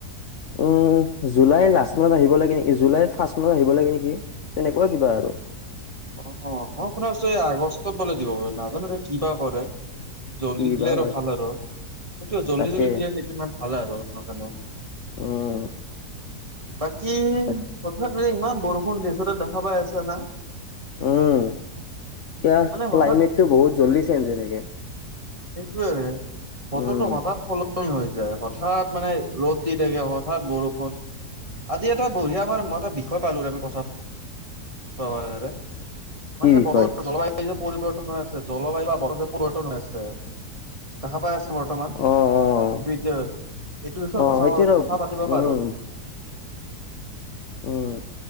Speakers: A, on the left; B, on the right.
A: উম জুলাইৰ লাষ্ট মানত আহিব লাগে। নেকি জুলাইৰ ফাৰ্ষ্ট মানত আহিব লাগে নেকি তেনেকুৱা কিবা আৰু।
B: অ মই শুনা পাইছো এই আগষ্টত বোলে দিব বোলে নাজানো কিবা কৰে, জল্দি
A: কি
B: দিলে
A: বা
B: আৰু
A: হয়
B: ভাল আৰু সেইটো জল্দি
A: তাকে
B: যদি দিয়ে ভাল আৰু নাজানো
A: উম।
B: বাকি,
A: তাক
B: পথাৰ ফালে ইমান বৰষুণ দিছে তই দেখা পাই আছ' না?
A: উম' ক
B: মানে
A: ক্লাইমেটটো
B: হঠাৎ
A: বহুত জল্দি চেঞ্জ হৈ থাকে।
B: সেইটোয়েৰে বতৰটো
A: উম,
B: হঠাৎ সল নি হৈ যায় হঠাৎ মানে ৰ'দ দি থাকে হঠাৎ বৰষুণ। আজি এটা বঢ়িয়া আমাৰ মই এটা বিষয় পালো আমি কথা পাতাৰ কাৰণে
A: কি
B: মানে যে
A: বিষয়
B: বতৰ, জলবায়ু যে পৰিব পৰিৱৰ্তন হৈ আছে, জলবায়ু বা পৰিৱৰ্তন হৈ আছে, দেখা পাই আছো বৰ্তমান,
A: অ', অ',
B: বিদ্যা হৈ আছে, এইটো বিষয়ে
A: অ',
B: কথা
A: সেইটো ৰ
B: কথা পাতিবা
A: উম,
B: পাৰো।
A: উম,